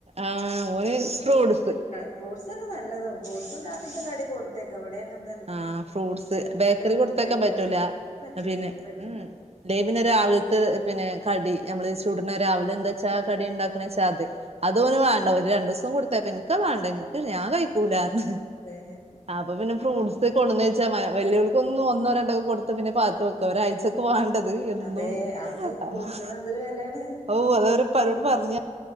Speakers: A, on the right; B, on the left.
A: ആഹ് ഓന് ഫ്രൂട്സ്
B: ഫ്രൂട്സെന്നെ നല്ലതും ഫ്രൂട്സും രാവിൽത്തെകടിം കൊടുത്തയ്ക്കാം ഇവിടെ അങ്ങൻത്ത-
A: ആഹ് ഫ്രൂട്ട്സ് ബേക്കറി
B: കൊടുത്തേക്കരുത്
A: കൊടുത്തയക്കാൻ പറ്റൂല
B: പറ്റില്ല
A: പിന്നെ
B: ഇവിടേം പറ്റൂല
A: ഉം- ഇല്ലേ പിന്നെ രാവില്ത്തെ പിന്നെ കടി നമ്മള് ചുട്ണ രാവിലെ എന്താ ച്ചാ ആ കടി ഉണ്ടാ- ക്ക്ണേച്ച അത്
B: അതെ
A: അതോന് വാണ്ട ഒരു രണ്ടു ദിവസം കൊടുത്തയക്കും എനിക്കത് വേണ്ട എനിക്ക് ഞാൻ കഴിക്കൂലാർഞ്ഞ്
B: അതെ
A: അപ്പൊ പിന്നെ ഫ്രൂട്ട്സ് കൊട്ന്ന് വച്ചാ വ വല്ല്യോല്ക്കൊന്നും ഒന്നോ രണ്ടോക്കെ കൊടുത്ത് പിന്നെ പാത്ത് വെ ക്ക ഒരാഴ്ചക്ക് വാണ്ടത് എന്നും
B: അതെ അത്
A: ഹ ഹ
B: ഫ്രൂട്ട്സിന് എന്തൊരു വെലയാണ്
A: ഓ അത് അവരെപ്പാരോട് പറഞ്ഞ്-